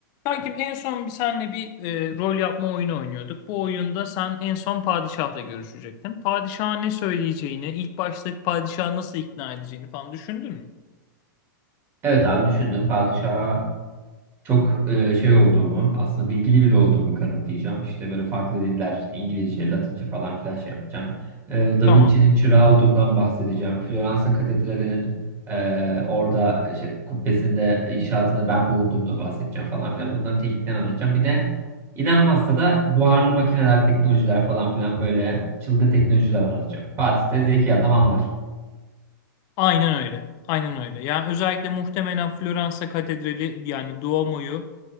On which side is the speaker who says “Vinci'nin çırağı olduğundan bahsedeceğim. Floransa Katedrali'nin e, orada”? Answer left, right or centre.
Right